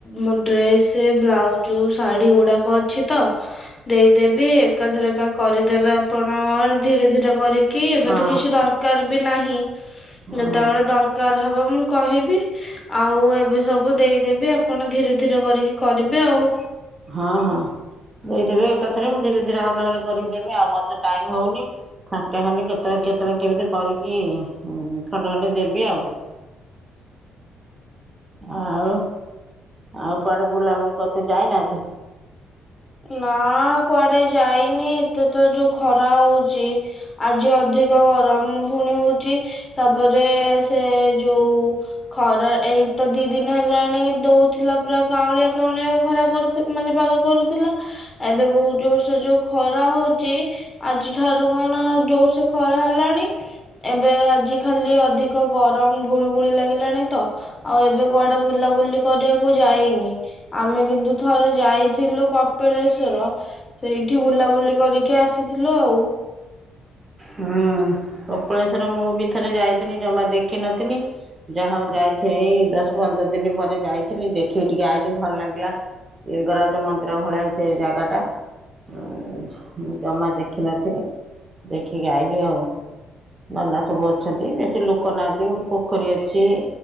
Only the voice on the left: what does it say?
ମୋ ଡ୍ରେସ, ବ୍ଲାଉଜ, ଶାଢୀ ଗୁଡାକ ଅଛି ତ <unintelligible> ଦେଇଦେବି, ଏକାଥର ଏକା କରିଦେବେ ଆପଣ, ଧୀରେ ଧୀରେ କରିକି ଏବେ
ତ କିଛି ଦର କାର ବି ନାହିଁ,
ଯେତେବେଳେ ଦରକାର ହବ ମୁଁ କହିବି ଆଉ ଏବେ ସବୁ ଦେଇଦେବି ଆପଣ ଧୀରେ ଧୀରେ କରିକି କରିବେ ଆଉ
ନା କୁଆଡେ ଯାଇନି, ଏତେ ତ ଯୋଉ ଖରା ହୋଉଛି। ଆଜି ଅଧିକ ଗରମ ପୁଣି ହୋଉଛି, ତାପରେ ସେ ଯୋଉ ଖରା ଏଇତ ଦି ଦିନ ହେଲାଣି ଦଉଥିଲା ପୁରା କାଉଁଳିଆ କାଉଁଳିଆ ଖରା କରୁ ମାନେ ପାଗ କରୁଥିଲା ଏବେ ବୋହୁତୁ ଜୋରସେ ଯୋଉ ଖରା ହଉଛି। ଆଜି ଠାରୁ କଣ ଜୋର ସେ ଖରା ହେଲାଣି। ଏବେ ଆଜି ଖାଲି ଅଧିକ ଗରମ ଗୁଳୁ ଗୁଳି ଲାଗିଲାଣି ତ ଆଉ ଏବେ କୁଆଡେ ବୁଲାବୁଲି କରିବାକୁ ଯାଇନି ଆମେ କିନ୍ତୁ ଥରେ ଯାଇଥିଲୁ। କପିଳେଶ୍ଵର ସେଇଠି ବୁଲାବୁଲି କରିକି ଆସିଥିଲୁ ଆଉ।